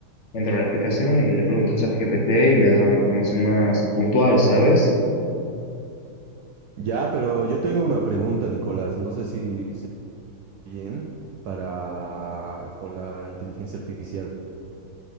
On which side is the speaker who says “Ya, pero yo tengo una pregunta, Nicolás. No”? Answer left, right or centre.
Right